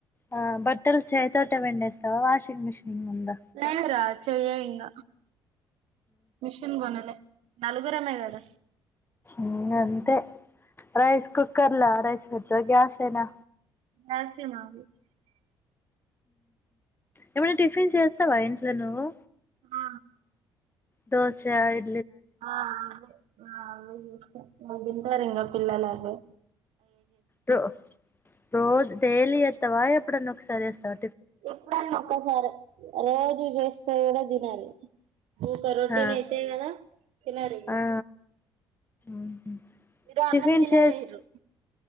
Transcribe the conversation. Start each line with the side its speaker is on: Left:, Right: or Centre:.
Left: ఆ బట్టలు చెయ్ తోటే పిండేస్తవా, వాషింగ్ మిషిన్ ఉందా
Right: లేరా చెయ్యే ఇంగ మిషన్ కొనలే నలుగురమే గద
Left: ఇంగ అంతే రైస్ కుక్కర్లా రైస్ పెడతవ గ్యాసేనా
Right: <unintelligible>
Left: ఏమన్నా టిఫిన్స్ చేస్తవా ఇంట్ల నువ్వు?
Right: ఆ
Left: దోశ ఇ
Right: ఆ అదే అదే తింటరింగ పిల్లలదే
Left: రో రోజు డైలీ చెత్తవా ఎప్పుడన్న ఒకసారి చేస్తవా?
Right: ఎప్పుడన్న ఒకసారే, రోజు చేస్తే కూడా తినరు. ఊకా రోటీన్
Left: ఆ
Right: అయితయ్ కదా తినరు ఇగ
Left: ఆ ఉహు
Right: ఇగ
Left: టిఫిన్
Right: అన్నం దినే
Left: చేసి
Right: పోయిర్రు